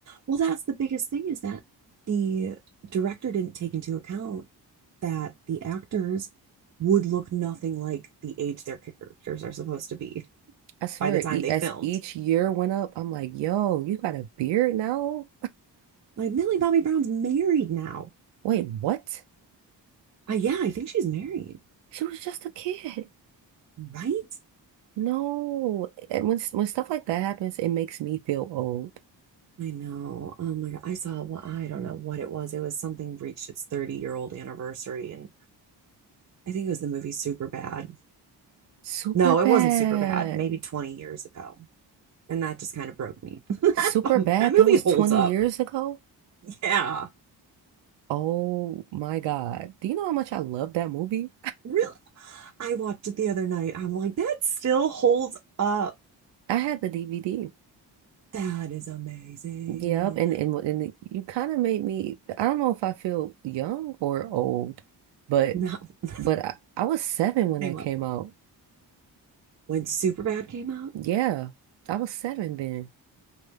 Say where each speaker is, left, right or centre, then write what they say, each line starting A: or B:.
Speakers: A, on the right; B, on the right.
A: Well, that's the biggest thing is that the director didn't take into account that the actors would look nothing like the age their characters are supposed to be.
B: I swear,
A: by the time
B: e
A: they
B: as
A: filmed.
B: each year went up, I'm like, yo, you got a beard now?
A: Like Millie Bobby Brown's married now.
B: Wait, what?
A: Uh, yeah, I think she's married,
B: She was just a kid.
A: right?
B: No, and when when stuff like that happens, it makes me feel old.
A: I know. Oh my God. I saw, well, I don't know what it was. It was something reached its 30 year old anniversary. And I think it was the movie Super Bad.
B: Super
A: No,
B: bad.
A: it wasn't Super Bad, maybe 20 years ago. And that just kind of broke me. <laughs> that,
B: Super
A: um,
B: bad.
A: that movie
B: That was
A: holds
B: 20
A: up.
B: years ago.
A: Yeah.
B: Oh my God. Do you know how much I love that movie?
A: Really? I watched it the other night. I'm like, that still holds up.
B: <laughs> I had the DVD.
A: That is amazing.
B: Yep, and and and you kind of made me. I don't know if I feel young or old, but
A: No, <laughs>
B: but I, I was seven when
A: same
B: that
A: level.
B: came out.
A: when Superbad came out,
B: Yeah, I was seven then.